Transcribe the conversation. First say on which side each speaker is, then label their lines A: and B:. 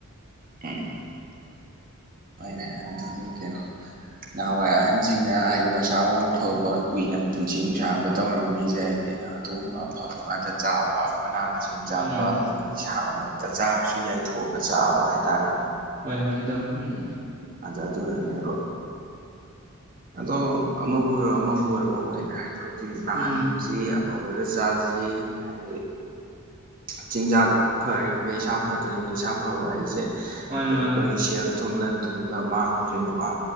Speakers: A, on the right (about 40°); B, on the right (about 20°).
A: ꯎꯝ ꯅꯦ ꯑꯗꯨꯅꯤ ꯀꯩꯅꯣ ꯅꯍꯥꯟꯋꯥꯏ ꯑꯍꯟꯁꯤꯡꯅ ꯍꯥꯏꯗꯤ ꯃꯁꯥ ꯃꯎ ꯐꯕ ꯀꯨꯏꯅ ꯄꯨꯟꯁꯤ ꯅꯨꯡꯁꯥꯡꯕ ꯇꯧꯔꯝꯃꯤꯁꯦ ꯍꯥꯏꯗꯤ ꯑꯗꯨꯒꯨꯝꯕ ꯑꯐꯕ ꯉꯥꯛꯇ ꯆꯥꯕ ꯃꯅꯥ ꯃꯁꯤꯡ
B: ꯃꯥꯅꯤ
A: ꯆꯥꯕ
B: ꯃꯥꯅꯤ
A: ꯑꯗꯒꯤ ꯁꯥ ꯑꯃꯒꯤ ꯇ ꯆꯥꯔꯁꯨ ꯌꯥꯏꯊꯣꯛꯑꯒ ꯆꯥꯕ ꯍꯥꯏꯇꯥꯔꯦ
B: ꯍꯣꯏ ꯍꯣꯏꯗ ꯎꯝ
A: ꯖꯥ ꯑꯗꯨ ꯅꯅꯦꯕ ꯑꯗꯣ ꯑꯃꯕꯨ ꯑꯣꯏꯔꯣ ꯑꯃꯕꯨ ꯑꯣꯏꯔꯣ ꯑꯩꯅ ꯍꯥꯏꯗ‌ꯣ ꯅꯍꯥꯟꯒꯨꯝꯁꯤ
B: ꯎꯝ
A: ꯐꯕꯗ ꯆꯥꯁꯤ ꯍꯥꯏꯗꯤ ꯆꯤꯟꯖꯥꯛ ꯐꯔꯤ ꯃꯈꯩ ꯏꯁꯥ ꯐꯗꯣꯏꯅꯤ ꯏꯁꯥ ꯐꯕ ꯑꯩꯁꯦ
B: ꯃꯥꯅꯤ
A: ꯑꯩꯈꯣꯏꯒꯤ
B: ꯃꯥꯅꯤ
A: ꯁꯦꯜ ꯊꯨꯝ ꯂꯟ ꯊꯨꯝꯗ ꯃꯥꯡꯉꯣꯏꯗ꯭ꯔꯤꯅꯦꯕ